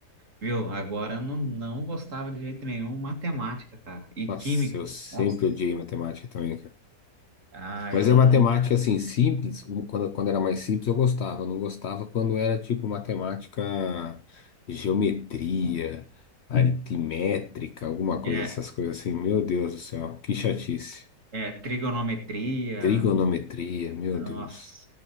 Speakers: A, on the right (about 45°); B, on the left (about 55°).
A: viu? Agora eu não, não gostava de jeito nenhum matemática, cara, e
B: Nossa,
A: química.
B: eu sempre
A: Nossa,
B: odiei matemática também,
A: ah,
B: Mas
A: eu não.
B: é matemática assim simples, o- quando, quando era mais simples eu gostava, eu não gostava quando era tipo matemática, geometria, aritmétrica, alguma coisa,
A: É,
B: essas coisas assim. Meu Deus do céu, que chatice.
A: é, trigonometria,
B: Trigonometria, meu
A: nossa,
B: Deus.